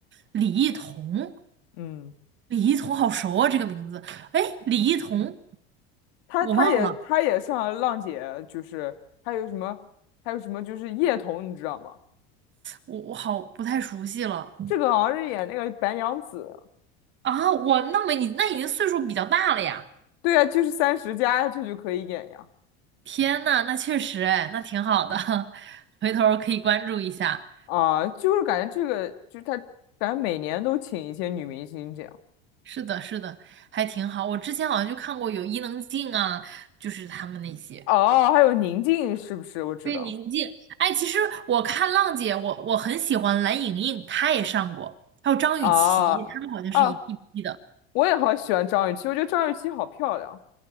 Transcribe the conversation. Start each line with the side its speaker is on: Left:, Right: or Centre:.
Right: 李艺彤，
Left: 嗯，
Right: 李艺彤好熟啊，这个名字。哎，李艺彤，
Left: 她她也她也上了浪姐，
Right: 我忘了，
Left: 就是还有什么还有什么就是叶童，你知道吗？
Right: 我我好不太熟悉了
Left: 这个好像是演那个白娘子，
Right: 啊。我那么你那已经岁数比较大了呀。
Left: 对啊，就是三十加这就可以演呀。
Right: 天呐，那确实哎，那挺好的，<laughs> 回头儿可以关注一下。
Left: 啊，就是感觉这个，就是他感觉每年都请一些女明星这样。
Right: 是的，是的，还挺好。我之前好像就看过有伊能静啊，就是他们那些。
Left: 哦，还有宁静是不是？我知道。
Right: 对，宁静。哎，其实我看浪姐，我我很喜欢蓝盈莹，她也上过，还有张雨绮，
Left: 啊
Right: 她们好像是一一批的。
Left: 啊，我也好喜欢张雨绮，我觉得张雨绮好漂亮。